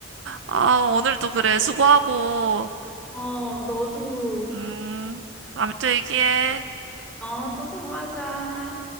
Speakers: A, on the right (about 65°); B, in the centre.
A: 아, 오늘도 그래. 수고하고.
B: 어, 너도
A: 음, 다음에 또 얘기해.
B: 어, 또 통화하자.